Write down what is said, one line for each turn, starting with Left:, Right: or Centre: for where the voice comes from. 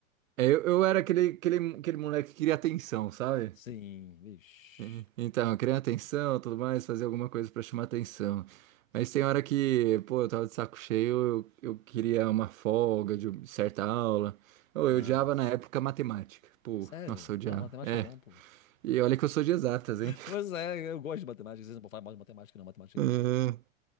Right: É, Eu, eu era aquele, aquele, aquele moleque que queria atenção, sabe?
Left: Sim, vixi.
Right: E- Então, eu queria atenção, tudo mais, fazer alguma coisa pra chamar atenção. Mas tem hora que, pô, eu tava de saco cheio, eu, eu queria uma folga de certa aula. Ou
Left: Nossa.
Right: eu odiava na época matemática. Pô,
Left: Sério?
Right: nossa, eu odiava.
Left: Ah, matemática
Right: É.
Left: é bom, pô.
Right: E olha que eu sou de exatas,
Left: <laughs>
Right: hein?
Left: Pois é, eu gosto de matemática. Vocês não podem falar mal de matemática, não. Matemática
Right: <laughs>
Left: é gostoso.